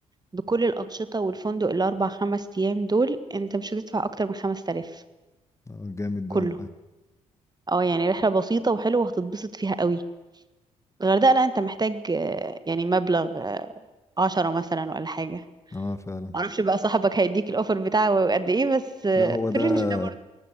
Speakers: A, on the right; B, on the left.
A: بكل الانشطه والفندق الاربع خمس ايام دول انت مش هتدفع اكتر من 5000
B: اه جامد
A: كله
B: ده والله
A: اه يعني رحله بسيطه وحلوه وهتتبسط فيها قوي الغردقه لا انت محتاج آه، يعني مبلغ آه، عشرة مثلا ولا حاجه
B: اه فعلا
A: معرفش بقى صاحبك هيديك الاوفر بتاعه قد ايه بس آه،
B: لا هو ده
A: في الرينج ده برضه